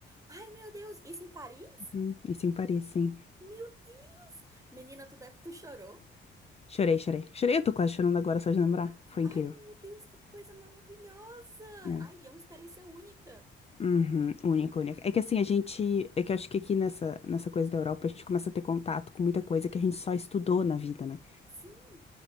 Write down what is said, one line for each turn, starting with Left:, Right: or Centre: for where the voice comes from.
Right: Ai, meu Deus, isso em Paris?
Left: Uhum. Isso em Paris, sim.
Right: Meu Deus. Menina, tu deve, tu chorou?
Left: Chorei, chorei. Chorei, eu tô quase chorando agora só de lembrar. Foi
Right: Ai,
Left: incrível.
Right: meu Deus, que coisa maravilhosa.
Left: É.
Right: Ai, é uma experiência única.
Left: Uhum, única, única. É que assim, a gente. É que eu acho que aqui nessa, nessa coisa da Europa, a gente começa a ter contato com muita coisa que a gente só estudou na vida, né?
Right: Sim.